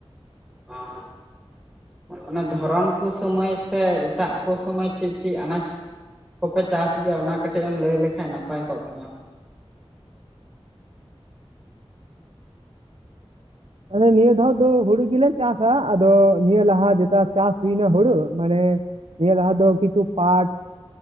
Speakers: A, in the centre; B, on the right.
A: ᱚ ᱾ ᱚᱱᱟ ᱫᱷᱚᱨᱚᱱ ᱠᱚ ᱥᱚᱢᱚᱭ ᱥᱮ ᱮᱴᱟᱜ ᱠᱚ ᱥᱚᱢᱚᱭ ᱪᱮᱫ ᱪᱮᱫ ᱟᱱᱟᱡ ᱠᱚᱯᱮ ᱪᱟᱥ ᱜᱮᱭᱟ ᱚᱱᱟ ᱠᱟᱹᱴᱤᱡ ᱮᱢ ᱞᱟᱹᱭ ᱞᱮᱠᱷᱟᱱ ᱱᱟᱯᱟᱭ ᱠᱚᱜ ᱠᱮᱭᱟ?
B: ᱢᱟᱱᱮ ᱱᱤᱭᱟᱹ ᱫᱷᱟᱣ ᱫᱚ ᱦᱩᱲᱩ ᱜᱮᱞᱮ ᱪᱟᱥᱟ ᱟᱫᱚ ᱱᱤᱭᱟᱹ ᱞᱟᱦᱟ ᱡᱮᱴᱟ ᱪᱟᱥ ᱦᱩᱭᱱᱟ ᱦᱩᱲᱩ ᱢᱟᱱᱮ ᱾ ᱱᱤᱭᱟᱹ ᱞᱟᱦᱟ ᱫᱚ ᱠᱤᱪᱷᱩ ᱯᱟᱴ